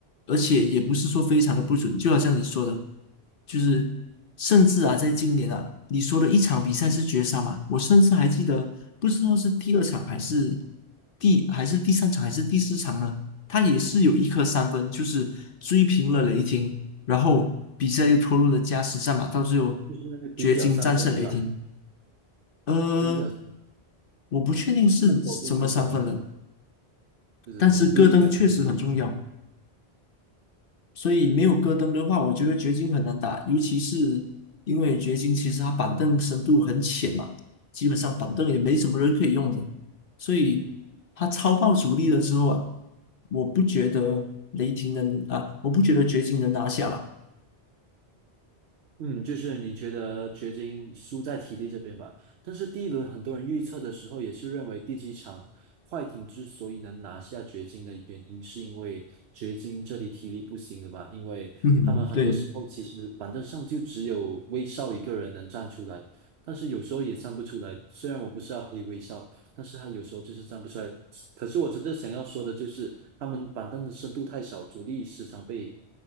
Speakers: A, on the left; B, on the right.
A: 而且也不是说非常的不准，就好像你说的，就是甚至啊，在今年啊，你说的一场比赛是绝杀嘛，我甚至还记得，不知道是第二场还是第还是第三场还是第四场呢，他也是有一颗三分，就是追平了雷霆，然后比赛又拖入了加时战嘛，到最后
B: 就是那个底角三分，
A: 掘金战胜雷霆。
B: 对吧？
A: 呃，
B: 底角，
A: 我不确定是什么三分了，
B: 那左边底角的那个，对对对，
A: 但是戈登确实很重要，
B: 历历在目，历历在目
A: 所以没有戈登的话，我觉得掘金很难打，尤其是因为掘金其实他板凳深度很浅嘛，基本上板凳也没什么人可以用的，所以他超爆主力了之后啊，我不觉得雷霆能啊，我不觉得掘金能拿下了。
B: 嗯，就是你觉得掘金输在体力这边吧？但是第一轮很多人预测的时候也是认为第七场快艇之所以能拿下掘金的原因，是因为掘金这里体力不行了吧？因为他们很多时候其实板凳上就只有威少一个人能站出来，
A: 嗯，对，
B: 但是有时候也站不出来。虽然我不是要黑威少，但是他有时候就是站不出来。可是我真正想要说的就是，他们板凳的深度太少，主力时常被